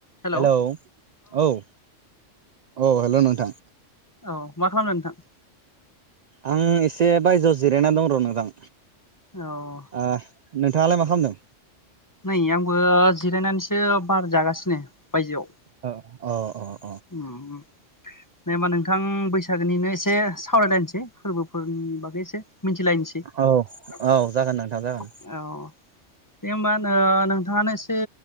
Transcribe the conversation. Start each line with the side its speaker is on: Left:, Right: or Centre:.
Left: हेलौ
Right: हेल' औ औ हेल' नोंथां।
Left: औ मा खालामदों नोंथां?
Right: आं एसे बायजोआव जिरायना दं र' नोंथां।
Left: औ
Right: ओ नोंथाङालाय मा खालामदों?
Left: नै आंबो जिरायनानैसो बार जागासिनो बायजोआव।
Right: औ अ अ
Left: उमउ दे होनबा नोंथां बैसागोनिनो एसे सावरायलायनोसै। फोरबोफोरनि बागै एसे मिथिलायनोसै
Right: औ
Left: औ
Right: औ जागोन नोंथां जागोन
Left: दे होमबा नो-नोंथाङानो एसे